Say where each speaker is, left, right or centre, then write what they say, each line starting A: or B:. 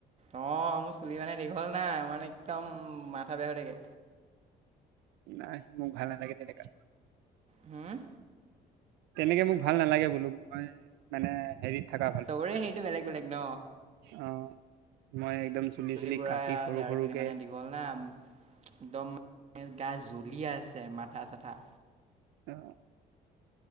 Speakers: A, on the right; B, on the right.
A: অ মোৰ চুলি মানে দীঘল নাই মানে একদম মাথা বেয়া হৈ থাকে।
B: নাই মোক ভাল নালাগে তেনেকা।
A: হম।
B: তেনেকে মোক ভাল নালাগে বোলো। মই মানে হেৰিত থকা ভাল
A: চবৰে
B: পাওঁ।
A: সেইটো বেলেগ বেলেগ ন
B: অ মই একদম
A: চুলি পূৰা
B: কাটি
A: সেয়াৰ
B: সৰু সৰুকে
A: খিনি মানে দীঘল না। একদম মানে গা জ্বলি আছে মাথা চাথা।
B: অ।